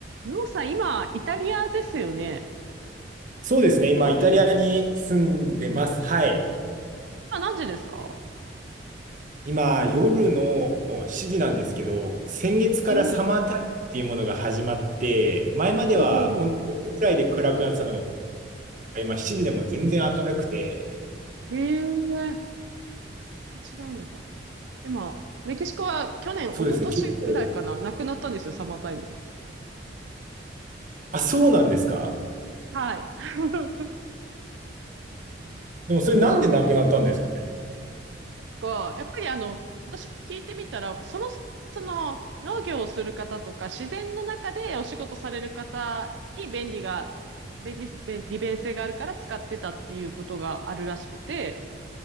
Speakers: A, on the right; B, on the right.
A: りょうさん、今、イタリアですよね。
B: そうですね。今、イタリアに住んでます。はい。
A: 今何時ですか
B: 今、夜の7時なんですけど、先月からサマータイムっていうものが始まって、
A: おー
B: 前までは本当に5時ぐらいで暗くなってたの
A: ほうほうほ
B: が、今7時でも全然明るくて、
A: う。へえ、違うのか。今、メキシコは去年、
B: そうですね。
A: 一昨年ぐらいかな、
B: 結構、
A: なくなったんですよ、サマータイム。
B: あ、そうなんですか
A: はい。<laughs>
B: でもそれなんでなくなったんですかね
A: か、やっぱりあの、私聞いてみたら、その、その、農業をする方とか、自然の中でお仕事される方に便利が、便利、便利便性があるから使ってたっていうことがあるらしくて、